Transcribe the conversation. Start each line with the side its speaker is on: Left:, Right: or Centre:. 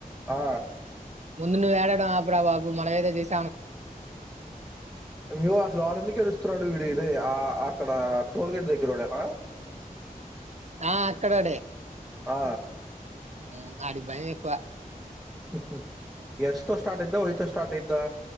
Centre: ఆ
Right: ముందు నువ్వు ఎడడం ఆప్రా బాబు మనం ఏదో చేస్
Centre: అరె అసలు ఆడెందుకెడుస్తున్నాడు? వి ఇదే ఆ అక్కడ టోల్ గేట్ దగ్గరోడేనా?
Right: ఆ అక్కడొడే
Centre: ఆ
Right: ఉహ్ అడ్కి భాయంమోక్కువ
Centre: హుహ్ ఎస్తో స్టార్ట్ అయిద్దా. వయ్ తో స్టార్ట్ అయిద్దా.